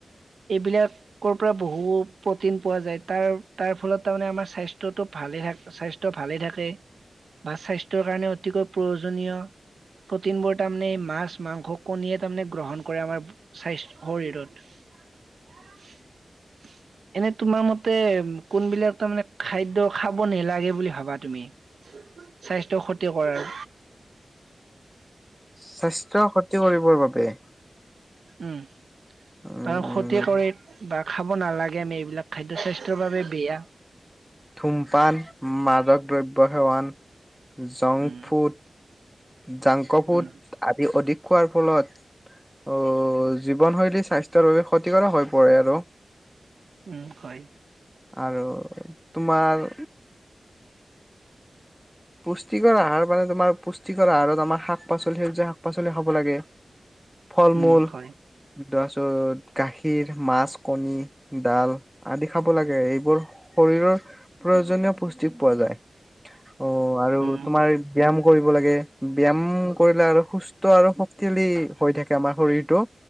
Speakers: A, on the right; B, in the centre.
A: এইবিলাক কৰ পৰা বহু প্ৰটিন পোৱা যায় তাৰ তাৰ ফলত তাৰমানে আমাৰ স্বাস্থ্যটো ভালে থাক স্বাস্থ্য ভালে থাকে বা স্বাস্থ্যৰ কাৰণে অতিকৈ প্ৰয়োজনীয়। প্ৰটিনবোৰ তাৰমানে মাছ মাংস কণীয়ে তাৰমানে গ্ৰহণ কৰে আমাৰ স্বাস্থ শৰীৰত এনে তোমাৰ মতে কোনবিলাক তাৰমানে খাদ্য খাব নালাগে বুলি ভাবা তুমি? স্বাস্থ্য ক্ষতি কৰাৰ
B: স্বাস্থ্য ক্ষতি কৰিবৰ বাবে
A: উম তাৰ
B: উম
A: ক্ষতিয় কৰে বা খাব নালাগে আমি এইবিলাক। খাদ্য স্বাস্থ্যৰ বাবে বেয়া।
B: থুমপান মাদক দ্ৰব্য সেৱন junk
A: um
B: food junk food
A: um
B: আদি অধিক খোৱাৰ ফলত অ জীৱনশৈলী স্বাস্থ্যৰ বাবে ক্ষতি কৰা হৈ পৰে আৰু।
A: উম হয়।
B: আৰু তোমাৰ পুষ্টিকৰ আহাৰ মানে তোমাৰ পুষ্টিকৰ আহৰত আমাৰ শাক-পাচলি সেউজীয়া শাক-পাচলি খাব লাগে।
A: <inaudible>
B: ফল-মূল
A: হয়
B: দাছত গাখীৰ, মাছ, কণী, ডাল আদি খাব লাগে এইবোৰ শৰীৰৰ প্ৰয়োজনীয় পুষ্টি পোৱা যায়। অ আৰু
A: উম
B: তোমাৰ ব্যয়াম কৰিব লাগে, ব্যয়াম কৰিলে আৰু সুস্থ আৰু শক্তিশালী হৈ থাকে আমাৰ শৰীৰটো।